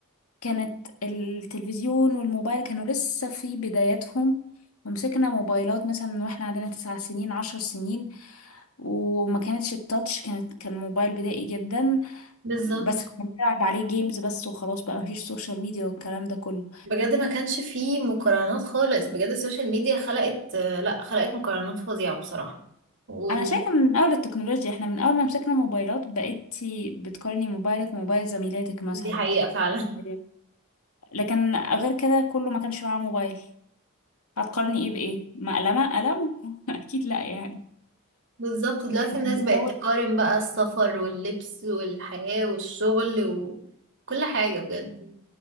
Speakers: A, on the left; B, on the right.
A: كانت التلفزيون والموبايل كانوا لسه في بداياتهم ومسكنا موبايلات مثلا واحنا عندنا تسع سنين عشر سنين وما كانتش التاتش كانت كان موبايل بدائي جدا
B: بالظبط
A: بس كنا بنلعب عليه جيمز بس وخلاص بقى مفيش سوشيال ميديا والكلام ده كله
B: بجد ما كانش فيه مقارنات خالص بجد السوشيال ميديا خلقت آه، لا خلقت مقارنات فظيعة بصراحة ودي
A: انا شايفه من اول التكنولوجيا احنا من اول ما مسكنا موبايلات بقيتي بتقارني موبايلك بموبايل زميلاتك مثلا
B: حقيقة فعلا
A: أيوة. لكن غير كده كله ما كانش معاه موبايل هتقارني ايه بايه مقلمه قلم <laughs> اكيد لا يعني
B: <laughs> بالظبط دلوقتي الناس
A: من
B: بقت
A: اول
B: تقارن بقى السفر واللبس والحياة والشغل وكل حاجة بجد